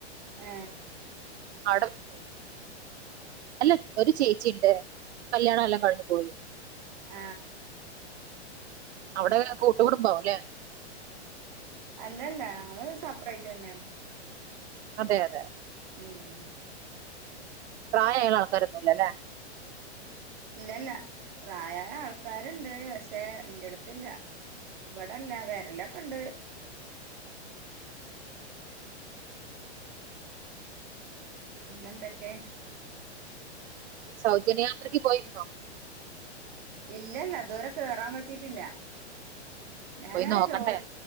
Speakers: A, on the right (about 40°); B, on the right (about 70°).
A: ഏ
B: <inaudible> അല്ല ഒരു ചേച്ചി ഉണ്ട് കല്യാണം എല്ലാം കഴിഞ്ഞു പോയി
A: ആ
B: അവിടെ കൂട്ടുകുടുംബവുല്ലേ
A: അല്ലല്ലാ ഞങ്ങള് സെപ്പറേറ്റ് തന്നെയാണ്
B: അതെ അതെെ
A: ഉം
B: പ്രായായ ആൾക്കാര്ഒന്നുംല്ലോ അല്ലേ
A: ഇല്ലല്ല പ്രായ ആൾക്കാരുണ്ട് പക്ഷേ എന്റെ അടുത്തില്ല ഇവിടെല്ല വരലൊക്കെ ഇണ്ട് ഇന്നന്തക്കെ
B: സൗജന്യയാത്രക്ക് പോയിരുന്നോ
A: ഇല്ലല്ല ഇതുവരെ കേറാൻ പറ്റിട്ടില്ല ഞാനോ
B: പോയി നോക്കണ്ടേ
A: ജോ